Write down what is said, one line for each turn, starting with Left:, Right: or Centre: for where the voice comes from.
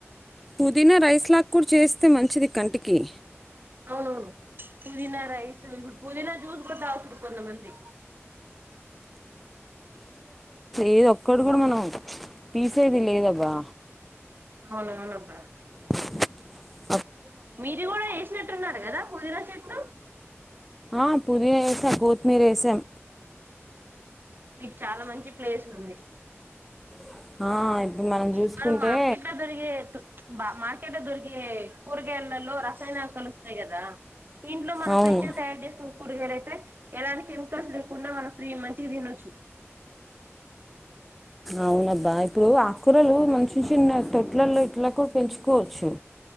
Centre: పుదీనా రైస్ లా కూడా చేస్తే మంచిది కంటికి. కే
Right: అవును పుదీనా రైసు, ఇ పుదీనా, జ్యూస్ కూడా తాగుతారు కొంతమంది.
Centre: ఏదో ఒక్కడు కూడా మనం తీసేది లేదబ్బా.
Right: అవునవును అబ్బా.
Centre: <inaudible> మ్
Right: మీరు కూడా ఏసినట్టు ఉన్నారు కదా పుదీనా చెట్టు. <inaudible>
Centre: ఆ పుదీనా వేసాం కోతిమీర్ వేసాం.
Right: మీకు చాలా మంచి ప్లేస్ ఉంది.
Centre: ఆ ఇప్పుడు మనం చూసుకుంటే
Right: అక్కడ మార్కెట్ లో దొరికేటట్టు బ మార్కెట్ దొరికి. ఎ కూరగాయల్లో ర. కలుస్తాయి కదా ఇంట్లో మనం
Centre: అవును
Right: ఫ్రెష్ గా తయారు చేసిన కూరగాయలు అయితే ఎలానికిం స్ లేకుండా మనం ఫ్రీ మంచిగా తినొచ్చు.
Centre: అవునబ్బా ఇప్పుడు ఆకూరలు మంచి చిన్న తొట్లల్లో ఇట్లా కూడా పెంచుకోవచ్చు.